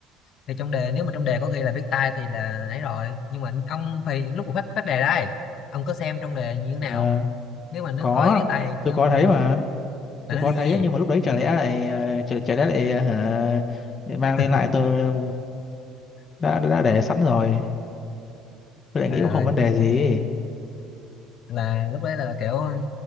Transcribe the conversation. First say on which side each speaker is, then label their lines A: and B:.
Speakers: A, on the left; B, on the left.
A: thì trong đề nếu mà trong đề có ghi là viết tay thì là ấy rồi nhưng mà ông phải lúc mà phát phát đề đây ông có xem trong đề như thế
B: Ờ,
A: nào nếu mà nó
B: có
A: có ghi tay thì
B: tôi
A: cứ không
B: có
A: còn
B: thấy mà
A: phải
B: tôi
A: nó
B: có
A: ghi
B: thấy
A: như vậy
B: nhưng mà lúc đấy chả lẽ lại ờ, chả, chả lẽ lại ờ, hả để mang
A: <laughs>
B: lên lại tôi đã đã để sẵn rồi tôi lại
A: trời
B: nghĩ cũng
A: ơi
B: không vấn đề gì
A: là lúc đấy là kiểu um,